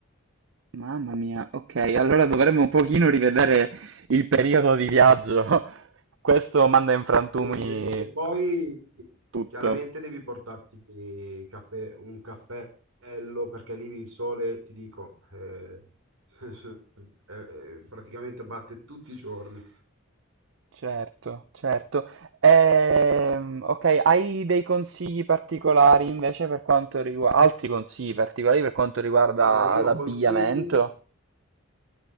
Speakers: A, on the right (about 65°); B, on the right (about 85°).
A: Mamma mia, ok, allora dovremmo un pochino rivedere il periodo di viaggio. <laughs> Questo manda in frantumi
B: Devi vedere- E poi
A: tutto.
B: chiaramente devi portarti i cappe- un cappello perché lì il sole, ti dico, eh, <laughs> eh, praticamente batte tutti i giorni.
A: Certo, certo. Ehm, ok, hai dei consigli particolari invece per quanto riguarda, altri consigli particolari per quanto riguarda
B: Guarda, io
A: l'abbigliamento?
B: consigli,